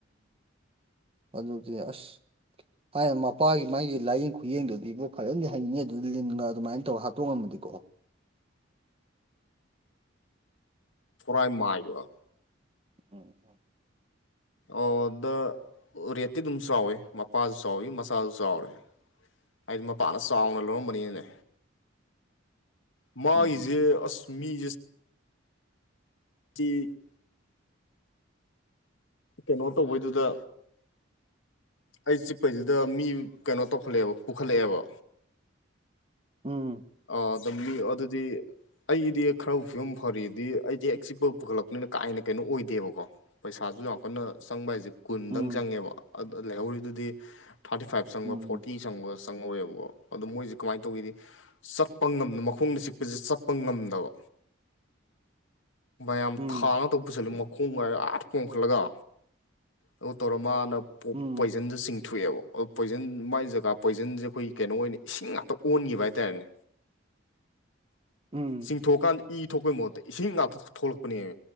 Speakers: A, on the right (about 30°); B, on the left (about 80°).
A: ꯑꯥꯗꯨꯗꯤ ꯑꯁ
B: ꯑ <unintelligible> <inaudible>
A: ꯍꯥꯏꯅ ꯃꯄꯥꯒꯤ ꯃꯥꯒꯤ ꯂꯥꯏꯌꯦꯡ ꯈꯨꯌꯦꯡꯗꯨꯗꯤꯕꯨ ꯐꯖꯅꯗꯤ ꯍꯥꯏꯩꯅꯤꯡꯅꯤ ꯑꯗꯨ ꯂꯤꯟꯒ ꯑꯗꯨꯃꯅ ꯇꯧꯔꯒ ꯍꯥꯞꯠꯇꯣꯛꯉꯝꯃꯗꯤꯀꯣ
B: ꯄꯨꯔꯥꯏ ꯃꯥꯏꯌ
A: ꯎꯝ ꯎꯝ <inaudible> <unintelligible>
B: ꯑꯣ ꯗ ꯔꯦꯠꯇꯤ ꯑꯗꯨꯝ ꯆꯥꯎꯋꯦ ꯃꯄꯥꯁꯨ ꯆꯥꯎꯋꯤ ꯃꯆꯥꯁꯨ ꯆꯥꯎꯋꯦ ꯑꯩꯗꯤ ꯃꯄꯥꯟꯅ ꯆꯥꯎꯅ ꯂꯧꯔꯝꯕꯅꯤꯅꯅꯦ ꯃꯥꯒꯤꯁꯦ
A: ꯎꯝ
B: ꯑꯁ ꯃꯤꯁ <unintelligible> <inaudible> ꯀꯩꯅꯣ ꯇꯧꯕꯩꯗꯨꯗ ꯑꯩ ꯆꯤꯛꯄꯩꯁꯤꯗ ꯃꯤ ꯀꯩꯅꯣ ꯇꯧꯈꯠꯂꯛꯑꯦꯕ ꯄꯨꯈꯠꯂꯛꯑꯦꯕ
A: ꯎꯝ
B: ꯑ ꯑꯗꯨꯝ ꯃꯤ ꯑꯗꯨꯗꯤ ꯑꯩꯒꯤꯗꯤ ꯈꯔꯕꯨ ꯐꯤꯕꯝ ꯐꯥꯔꯤꯗꯤ ꯑꯩꯗꯤ ꯑ ꯆꯤꯛꯄ ꯄꯨꯈꯠꯂꯛꯄꯅꯤꯅ ꯀꯥꯏꯅ ꯀꯩꯅꯣ ꯑꯣꯏꯗꯦꯕꯀꯣ ꯄꯩꯁꯥꯁꯨ ꯌꯥꯝ ꯀꯟꯅ ꯆꯪꯕ ꯍꯥꯏꯁꯦ ꯀꯨꯟꯗꯪ
A: ꯎꯝ
B: ꯆꯪꯉꯦꯕ ꯂꯩꯍꯧꯔꯤꯗꯨꯗꯤ ꯊꯥꯔꯇꯤ ꯐꯥꯏꯚ ꯆꯪꯕ
A: ꯎꯝ
B: ꯐꯣꯔꯇꯤ ꯆꯪꯕ ꯆꯪꯉꯋꯦꯕꯀ ꯑꯗꯣ ꯃꯣꯏꯁꯦ ꯀꯃꯥꯏꯅ ꯇꯧꯒꯤꯗꯤ ꯆꯠꯄ ꯉꯝꯗ ꯃꯈꯣꯡꯗ ꯆꯤꯛꯄꯁꯦ ꯆꯠꯄ ꯉꯝꯗꯕ ꯌꯥꯝ
A: ꯎꯝ ꯎꯝ
B: ꯊꯥꯅ ꯇ ꯄꯨꯁꯜ ꯈꯣꯡ ꯉꯔ ꯑꯥꯠ ꯄꯣꯝꯈꯠꯂꯒ ꯑꯗꯨ ꯇꯧꯔ ꯃꯥꯅ
A: ꯎꯝ
B: ꯄꯣꯏꯖꯟꯗ ꯆꯤꯡꯊꯣꯛꯑꯦꯕ ꯄꯣꯏꯖꯟ ꯃꯥꯏ ꯖꯒꯥ ꯄꯣꯏꯖꯟꯁꯦ ꯑꯩꯈꯣꯏꯒꯤ ꯀꯩꯅꯣ ꯑꯣꯏꯅ ꯏꯁꯤꯡ ꯉꯥꯛꯇ ꯑꯣꯟꯈꯤꯕ ꯍꯥꯏꯇꯥꯔꯦꯅꯦ
A: ꯎꯝ
B: ꯆꯤꯡꯊꯣꯛꯑꯀꯥꯟꯗ ꯏ ꯊꯣꯛꯄꯩ ꯃꯍꯨꯠꯇ ꯏꯁꯤꯡ ꯉꯥꯛꯇꯣꯛ ꯊꯣꯛꯂꯛꯄꯅꯦꯕ